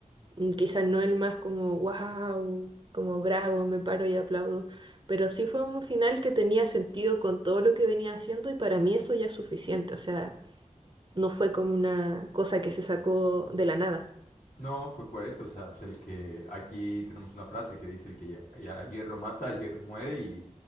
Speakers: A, on the right (about 35°); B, on the left (about 75°).
A: Mm, Quizás no el más como wow, como bravo, me paro y aplaudo, pero sí fue un final que tenía sentido con todo lo que venía haciendo y para mí eso ya es suficiente, o sea, no fue como una cosa que se sacó de la nada.
B: No, fue Cuareto, o sea, pues el que aquí tenemos una frase que dice el que a, a hierro mata, a hierro muere y